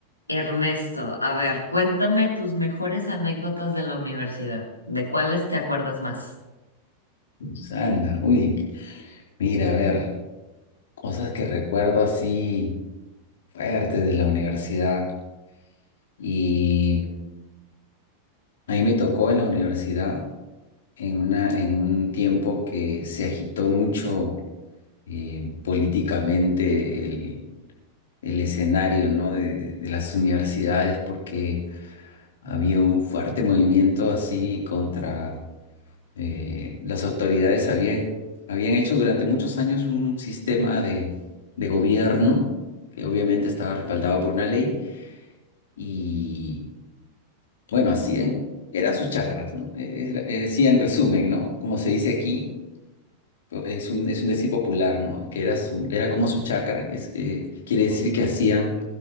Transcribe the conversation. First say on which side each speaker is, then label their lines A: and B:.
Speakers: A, on the left; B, on the left.
A: Ernesto, a ver, cuéntame tus mejores anécdotas de la universidad. ¿De cuáles te acuerdas más?
B: Susana, uy, mira, a ver, cosas que recuerdo así fuertes de la universidad. Y a mí me tocó en la universidad en una, en un tiempo que se agitó mucho eh, políticamente el, el escenario, ¿no? de, de de las universidades porque había un fuerte movimiento así contra eh, las autoridades habían, habían hecho durante muchos años un sistema de, de gobierno que obviamente estaba respaldado por una ley y bueno, hacían, eran sus chacras, ¿no? Era- eh, sí, en resumen, ¿no? Como se dice aquí, o- es un, es un decir popular, ¿no? Que era, su, era como su chacra, es, que quiere decir que hacían